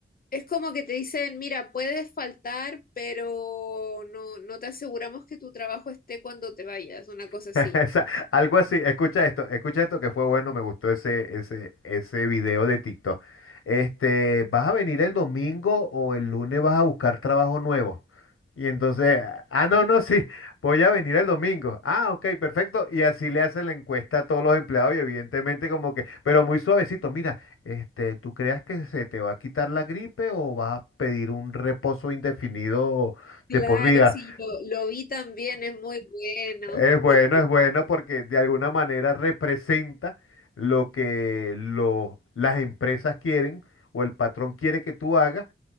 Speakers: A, on the left (about 45°); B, on the left (about 90°).
A: Es como que te dicen, mira, puedes faltar, pero no, no te aseguramos que tu trabajo esté cuando te vayas, una cosa
B: <laughs>
A: así.
B: Esa- algo así, escucha esto, escucha esto que fue bueno, me gustó ese, ese, ese video de TikTok. Este, ¿vas a venir el domingo o el lunes vas a buscar trabajo nuevo? Y entonces, ah, no, no, sí, voy a venir el domingo. Ah, ok, perfecto. Y así le hacen la encuesta a todos los empleados y evidentemente como que, pero muy suavecito, mira, este, ¿tú creas que se te va a quitar la gripe o vas a pedir un reposo indefinido
A: Claro,
B: de por vida?
A: sí, lo, lo vi también, es muy bueno.
B: Es bueno,
A: <laughs>
B: es bueno porque de alguna manera representa lo que lo- las empresas quieren o el patrón quiere que tú hagas,